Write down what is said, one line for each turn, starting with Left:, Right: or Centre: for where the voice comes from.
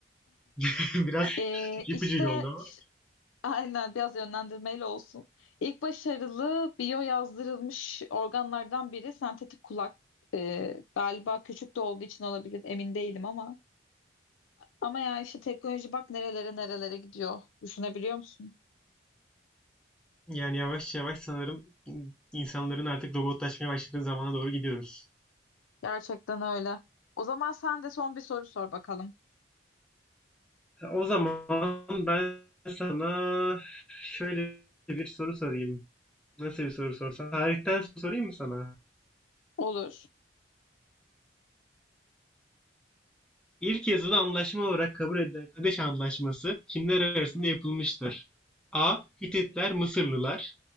Centre: <laughs> Biraz
Left: Ee,
Centre: ipucuyla
Left: işte
Centre: oldu ama.
Left: Aynen biraz yönlendirmeyle olsun. İlk başarılı biyo yazdırılmış organlardan biri sentetik kulak. Ee, galiba küçük de olduğu için olabilir emin değilim ama. Ama yani işte teknoloji bak nerelere nerelere gidiyor. Düşünebiliyor musun?
Centre: Yani yavaş yavaş sanırım insanların artık robotlaşmaya başladığı zamana doğru gidiyoruz.
Left: Gerçekten öyle. O zaman sen de son bir soru sor bakalım.
Centre: O zaman ben sana şöyle bir soru sorayım. Nasıl bir soru sorsam? Tarihten sorayım mı sana?
Left: Olur.
Centre: İlk yazılı anlaşma olarak kabul edilen Kadeş Anlaşması kimler arasında yapılmıştır? A. Hititler, Mısırlılar.